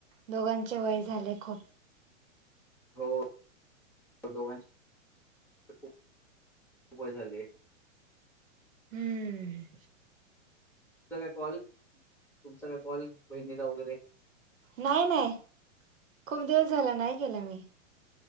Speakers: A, on the right (about 85°); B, in the centre.
A: दोघांचे वय झाले खूप
B: हो दोघांचे पन वय झाले
A: हम्म
B: तुझा काय कॉल तुमचा काय कॉल बहिणीला वगैरे
A: नाही नाही खूप दिवस झाला नाही केला मी